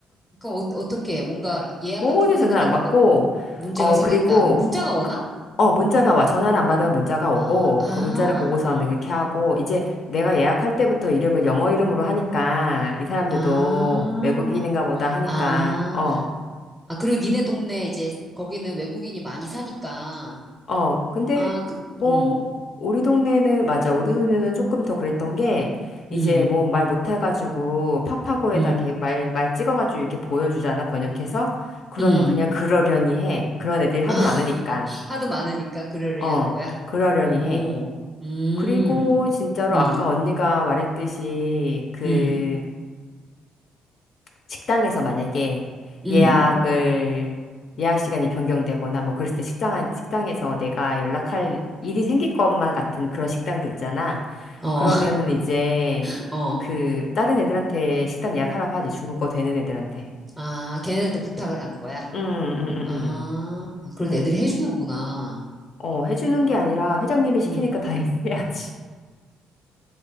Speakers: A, in the centre; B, on the left.
A: 그럼 어, 어떻게? 해? 뭔가 예약
B: 모든
A: 같은 거
B: 전화를
A: 했는데
B: 안
A: 뭔가
B: 받고,
A: 문제가
B: 어,
A: 생겼다.
B: 그리고,
A: 그럼 문자가 오나?
B: 그- 어, 문자가 와. 전화를 안 받으면 문자가 오고,
A: 아, 아,
B: 그 문자를 보고서는
A: 음,
B: 그렇게 하고, 이제 내가 예약할 때부터 이름을 영어 이름으로 하니까, 이 사람들도
A: 아,
B: 외국인인가 보다 하니까,
A: 아,
B: 어,
A: 아, 그리고 니네 동네 이제 거기는 외국인이 많이 사니까.
B: 어, 근데
A: 아, 그,
B: 뭐,
A: 음,
B: 우리 동네는, 맞아. 우리 동네는 조금 더 그랬던 게, 이제
A: 음,
B: 뭐 말 못해가지고, 파파고에다
A: 음,
B: 이렇게 말, 말 찍어가지고 이렇게 보여주잖아, 번역해서. 그러면
A: 음.
B: 그냥 그러려니 해. 그런 애들이 하도
A: 아,
B: 많으니까.
A: 하도 많으니까 그러려냐는
B: 어,
A: 거야?
B: 그러려니
A: 오,
B: 해.
A: 음,
B: 그리고 진짜로
A: 음,
B: 아까 언니가 말했듯이 그
A: 음,
B: 식당에서 만약에
A: 음,
B: 예약을 예약 시간이 변경되거나 뭐 그랬을 때 식당 식당에서 내가 연락할 일이 생길 것만 같은 그런 식당들 있잖아.
A: 어,
B: 그러면은
A: <laughs>
B: 이제
A: 어.
B: 그 다른 애들한테 식당 예약하라고 하지 중국어 되는 애들한테.
A: 아, 걔네들한테 부탁을 하는 거야?
B: 음, 음, 음,
A: 아, 그래도
B: 음. 음.
A: 애들이 해주는구나.
B: 어, 해주는 게 아니라 회장님이 시키니까
A: 음.
B: 다 <laughs> 해야지.